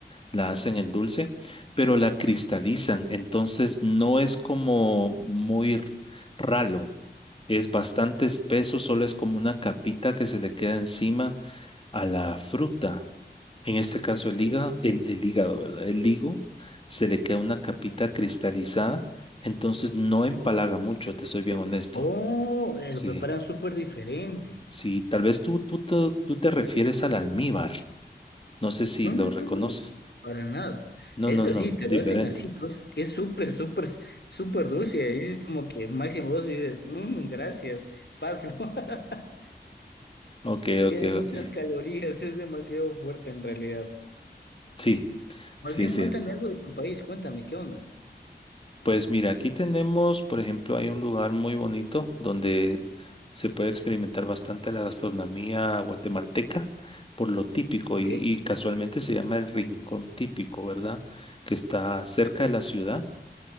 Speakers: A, on the left; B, on the left.
A: la hacen en dulce, pero la cristalizan, entonces no es como muy ralo, es bastante espeso, solo es como una capita que se le queda encima a la fruta. En este caso el
B: ¿sí?
A: hígado, el, el hígado, ¿verdad? El higo se le queda una capita cristalizada, entonces no empalaga mucho, te soy bien honesto.
B: Oh, eh,
A: Sí,
B: lo preparan súper diferente.
A: sí, tal vez tú, tú, te- tú te refieres al almíbar, no sé si
B: No,
A: lo
B: no,
A: reconoces.
B: no, no, para nada.
A: No,
B: Es
A: no, no,
B: así, te
A: diferente.
B: lo hacen así, cos- que es súper, súper, súper dulce, y dices como que máximo vos dices, "Mm, gracias, paso. <laughs>
A: Ok,
B: Tiene
A: ok,
B: muchas
A: ok.
B: calorías, es demasiado fuerte en realidad.
A: Sí,
B: Más
A: sí
B: bien,
A: es
B: cuéntame
A: cierto.
B: algo de tu país, cuéntame, ¿qué onda?
A: Pues mira, aquí tenemos, por ejemplo, hay un lugar muy bonito donde se puede experimentar bastante la gastronomía guatemalteca por lo típico
B: Ok,
A: y, y casualmente se llama el Rincón Típico, ¿verdad? Que está cerca de la ciudad,